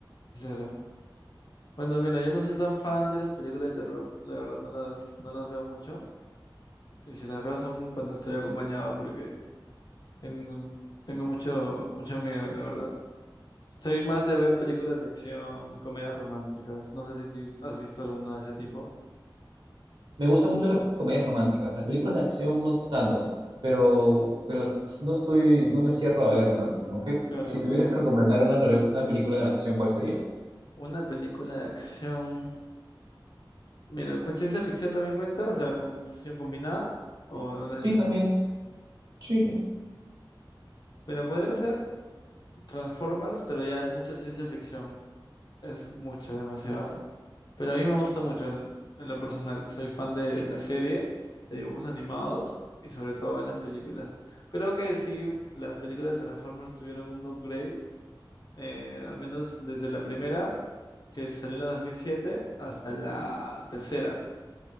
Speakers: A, on the left (about 60°); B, on the right (about 65°).
A: Claro. Bueno, mira, yo no soy tan fan de las películas de terror, la verdad no las, no las veo mucho. Y si las veo son cuando estoy acompañado porque tengo, tengo mucho, mucho miedo, la verdad. Soy más de ver películas de acción, comedias románticas. No sé si ti- has visto alguna de ese tipo.
B: Me gustan mucho las comedias románticas. Las películas de acción no tanto, pero, pero no estoy, no me cierro a ver una, pues, ¿no? ¿Qué-
A: Claro.
B: si tuvieras que recomendar una, pre- una película de acción, ¿cuál sería?
A: Una película de acción. Mira, ¿cu- ¿ciencia ficción también cuenta? O sea, con fusión combinada. O no neces-
B: Sí, también.
A: no.
B: Sí, sí.
A: Pero podría ser. Transformers, pero ya es mucha ciencia ficción. Es mucha, demasiado. Pero a mí me gusta mucho en, en lo personal. Soy fan de la serie, de dibujos animados y sobre todo de las películas. Creo que sí, las películas de Transformers tuvieron un upgrade, eh, al menos desde la primera, que salió en la 2007, hasta la tercera,